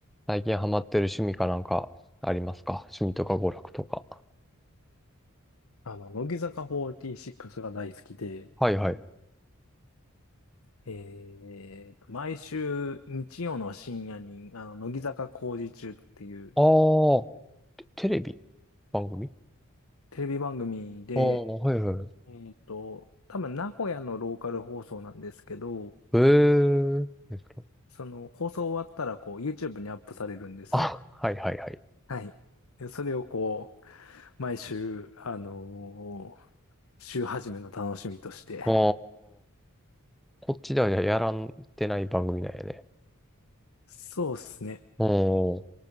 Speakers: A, in the centre; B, on the left.
A: 最近ハマってる趣味かなんかありますか趣味とか娯楽とか。
B: あの、乃木坂46が大好きで、
A: はいはい。
B: えーと、毎週日曜の深夜に、あの、乃木坂工事中っていう
A: ああ、テテレビ番組
B: テレビ番組で、
A: ああー、はいはい。
B: えーと、多分名古屋のローカル放送なんですけど、
A: ええですか
B: その放送終わったらこう YouTube にアップされるんですよ。
A: あ、はいはいはい。
B: はい。で、それをこう、毎週、あのー週始めの楽しみとして。
A: ああ、こっちではやらんてない番組なんやね。
B: そうですね。
A: おー。